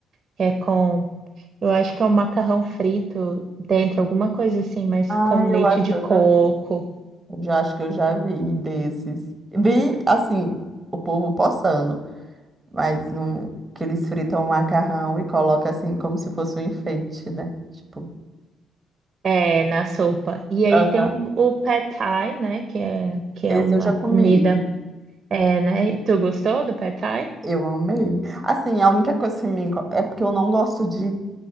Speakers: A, on the right; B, on the right.
A: que é com, eu acho que é um macarrão frito dentro, alguma coisa assim, mas
B: Ah,
A: com leite
B: eu mas acho,
A: de
B: que
A: coco,
B: eu já, eu já acho que eu já vi desses. Vi, assim, o povo postando, mas não, que eles fritam o macarrão e colocam assim como se fosse um enfeite, né? Tipo,
A: é, na sopa. E aí
B: aham.
A: tem um- o pad thai, né, que é, que
B: Esse
A: é uma
B: eu já comi.
A: comida, é, né, tu gostou do pad thai?
B: Eu amei. Assim, a única coisa que me inco- é porque eu não gosto de,